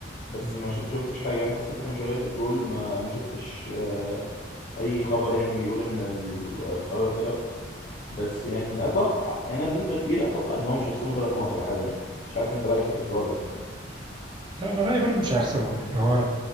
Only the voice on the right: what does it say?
مم.
لا انا رايي برضه مش هيخسروا يعني هو